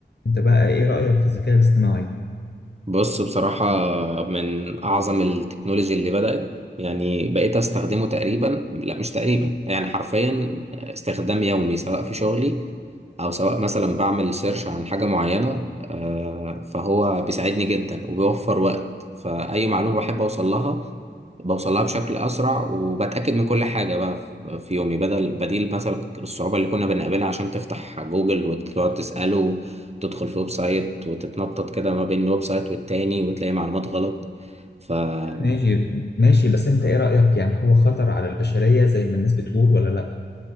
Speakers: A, on the left; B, on the right.
A: انت بقى ايه رأيك في الذكاء الاصطناعي
B: بص بصراحة من أعظم التكنولوجي اللي بدأت يعني بقيت أستخدمه تقريبا لا مش تقريبا يعني حرفيا استخدام يومي سواء في شغلي أو سواء مثلا بعمل سيرش عن حاجة معينة آه، فهو بيساعدني جدا وبيوفر وقت فأي معلومة بحب أوصل لها بوصل لها بشكل أسرع وبتأكد من كل حاجة بقى في في يومي بدل بديل مثلا الصعوبة اللي كنا بنقابلها عشان تفتح جوجل وتقعد تسأله تدخل في ويب سايت وتتنطط كده ما بين الويب سايت والتاني وتلاقي معلومات غلط فبص
A: ماشي ماشي بس انت ايه رأيك يعني هو خطر على البشرية زي ما الناس بتقول ولا لا